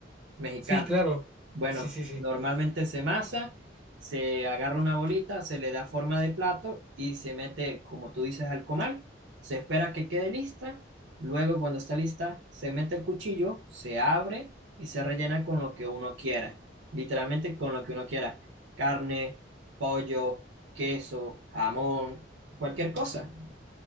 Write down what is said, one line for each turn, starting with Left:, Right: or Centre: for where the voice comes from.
Right: mexicana.
Centre: Sí, claro.
Right: Bueno,
Centre: Sí, sí, sí.
Right: normalmente se masa, se agarra una bolita, se le da forma de plato y se mete, como tú dices, al comal. Se espera que quede lista. Luego, cuando está lista, se mete el cuchillo, se abre y se rellena con lo que uno quiera. Literalmente con lo que uno quiera. Carne, pollo, queso, jamón, cualquier cosa.